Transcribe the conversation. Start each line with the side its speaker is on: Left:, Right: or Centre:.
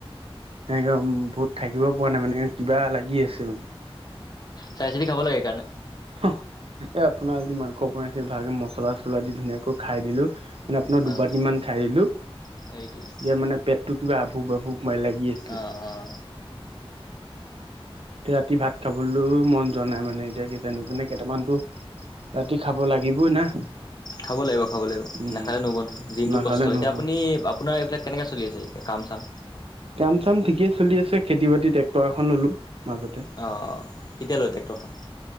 Right: একদম বহুত থাকিব পৰা নাই, মানে কিবা লাগি আছে মানে।
Left: চাই চিতি খাব লাগে সেইকাৰণে।
Right: এ, আপোনাৰ আজি মাংস বনাইছে, ভালে মছলা চছলা দি ধুনীয়াকৈ খাই দিলো মানে আপোনাৰ
Left: অঁ
Right: দুবাটিমান খাই দিলোঁ।
Left: সেইটোৱে।
Right: এতিয়া মানে পেটটো কিবা আভুক বভুক মাই লাগি আছিল।
Left: অঁ অঁ
Right: এতিয়া ৰাতি ভাত খাবলৈ মন যোৱা নাই মানে এতিয়া যেনে তেনে কেইটামানতো ৰাতি খাব লাগিবই না।
Left: খাব লাগিব খাব লাগিব,
Right: উম,
Left: নাখালে নহ'ব নহয়, দিনটো
Right: নাখালে
Left: কষ্ট,
Right: নহ'ব।
Left: এতিয়া আপুনি আপোনাৰ এইবিলাক কেনেকে চলি আছে এতিয়া কাম চাম?
Right: কাম চাম ঠিকে চলি আছে, খেতি বাতি ট্ৰেক্টৰ এখন ললো। মাজতে
Left: অ' কেতিয়ালৈ ট্ৰেক্টৰখন?